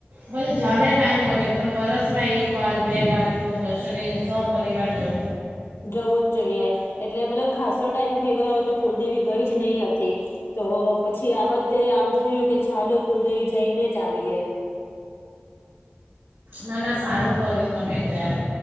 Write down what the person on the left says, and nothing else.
જવું જ જોઈએ. એટલે મતલબ ખાસો ટાઈમ થઈ ગયો હતો કુલદેવી ગઈ જ નહી હતી. તો પછી આ વખતે આમ થયું કે છાલો કુલદેવી જઈને જ આવીએ.